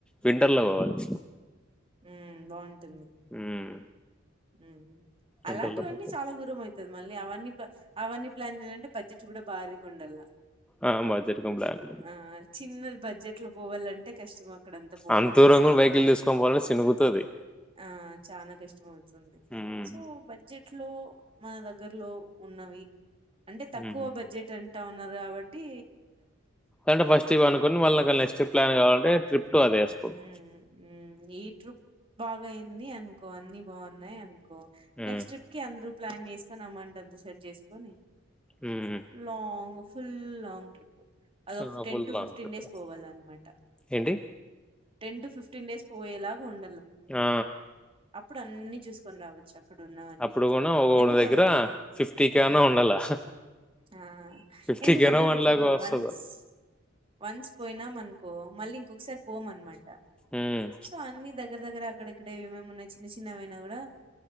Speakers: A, in the centre; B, on the right.
A: వింటర్ లో పోవాలి
B: ఆహ్ బావుంట టుంది
A: హ్మ్.
B: ఉహ్
A: వింటర్‌లో
B: అలాంటివన్నీ
A: పోతే
B: చాలా దూరం అయిత తే మళ్ళీ అవన్నీ అన్నీ పాన్ అవన్నీ అన్నీ ప్లాన్ చేయాలంటే బడ్జెట్ కూడా బారిగా ఉండల్లా
A: ఆ! బడ్జెట్‌కి ప్లాన్
B: ఆహ్ చిన్నది బడ్జెట్లో పోవాలంటే కష్టం అక్కడంతా పోవడానికి
A: అంత దూరం కూడా వెహికల్ తీసుకొని పోవాలంటే సినుగుతది.
B: ఆ చానా కష్టం అవుతు
A: హ్మ్.
B: సో బడ్జెట్లో మన దగ్గర్లో ఉన్నవి అంటే తక్కువ
A: హ్మ్.
B: బడ్జెట్ అం తక్కొ ఉన్నారు కాబట్టి
A: అంటే ఫస్ట్ ఇవి అనుకొని మళ్ళ నెస్ట్ ట్రిప్ ప్లాన్ కాాలంటే ట్రిప్ టు అదే ఏసుకోవాలి.
B: ఉ ఈ ట్రూప్ బాగా అయింది అనుకో అన్ని బాగున్నాయి అను కో
A: హ్మ్.
B: నెక్స్ట్ ట్రిప్కి అందరు ప్లాన్ వే అమౌంట్ అంత సెట్ చేస్కొని
A: హ్మ్.
B: లాంగ్ ఫుల్ లాంగ్ ట్రిప్ అదొక
A: ఆ!
B: ten
A: full
B: to
A: long
B: fifteen
A: trip.
B: Days పోవాలన్నమాట
A: ఏంటి?
B: టెన్ టు ఫిఫ్టీన్ డేస్ పోయేలాగా ఉం
A: ఆ!
B: అప్పుడు అన్ని చూస్కొని రావచ్చా అక్కడ ఉన్నవన్నీ
A: అప్పుడు కూడా ఒక్కొక్కడి
B: ఎందుకంటే
A: దగ్గర కన్నా ఉండాలా.
B: ఆ
A: ఫిఫ్టీకేనో
B: ఎందుకంటే ఇప్పుడు
A: వన్
B: చూడు
A: లాక్ వస్తది
B: వన్స్ వన్స్ పోయినామను మళ్ళీ ఇంకొకసారి పో మన్మాట
A: ఉమ్
B: సో అన్ని దగ్గర దగ్గర అక్కడక్కడ ఏమేమి ఉన్నాయి చిన్న చిన్నవైనా గుడా